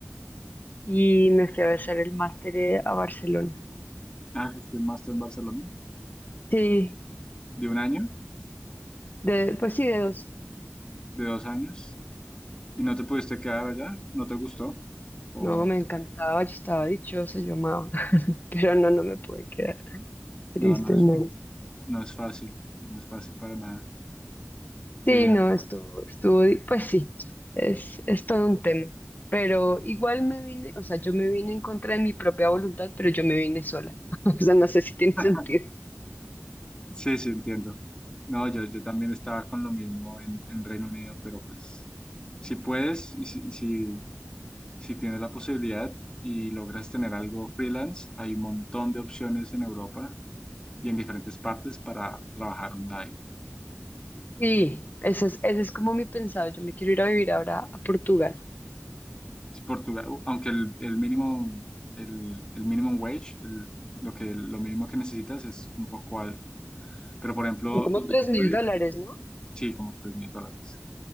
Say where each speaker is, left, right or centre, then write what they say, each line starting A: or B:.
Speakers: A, on the left; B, on the left.
A: y me fui a hacer el máster eh, a Barcelona.
B: Ah, hiciste un máster en Barcelona.
A: Sí,
B: ¿De un año?
A: de, pues sí, de dos.
B: ¿De dos años? ¿Y no te pudiste quedar allá? ¿No te gustó? O
A: No, me encantaba, yo estaba dichosa, yo amaba, <laughs> pero no, no me pude quedar, tristemente.
B: no, no, es- no es fácil. No es fácil para nada. Eh,
A: Sí, no, estuvo, estuvo, di- pues sí, es, es todo un tema. Pero igual me vine, o sea, yo me vine en contra de mi propia voluntad, pero yo me vine sola. <laughs> O sea, no sé si tiene
B: <laughs>
A: sentido.
B: sí, sí, entiendo. No, yo, yo también estaba con lo mismo en, en Reino Unido, pero pues si puedes y si, y si, si tienes la posibilidad y logras tener algo freelance, hay un montón de opciones en Europa y en diferentes partes para trabajar online.
A: Sí, ese es, ese es como mi pensado. Yo me quiero ir a vivir ahora a Portugal.
B: Es Portugal, u- aunque el, el mínimo, el, el minimum wage, el- lo que, lo mínimo que necesitas es un poco alto. Pero, por
A: <laughs>
B: ejemplo,
A: Son como
B: donde
A: tres
B: yo estoy,
A: mil dólares, ¿no?
B: sí, como tres mil dólares.